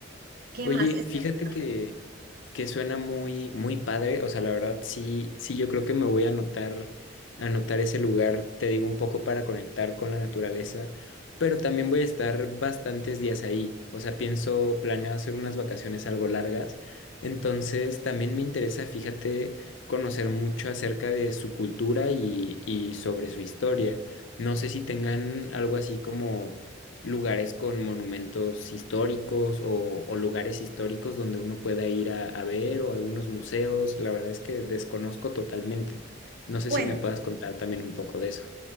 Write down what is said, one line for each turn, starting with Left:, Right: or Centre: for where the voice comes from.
Right: ¿qué
Left: Oye,
Right: más? Este,
Left: fíjate
Right: ajá,
Left: que, que suena muy, muy padre. O sea, la verdad, sí, sí, yo creo que me voy a anotar, anotar ese lugar, te digo, un poco para conectar con la naturaleza, pero también voy a estar bastantes días ahí. O sea, pienso, planeo hacer unas vacaciones algo largas. Entonces, también me interesa, fíjate, conocer mucho acerca de su cultura y, y sobre su historia. No sé si tengan algo así como lugares con monumentos históricos o, o lugares históricos donde uno pueda ir a, a ver o algunos museos. La verdad es que desconozco totalmente. No sé
Right: Bueno,
Left: si me puedas contar también un poco de eso.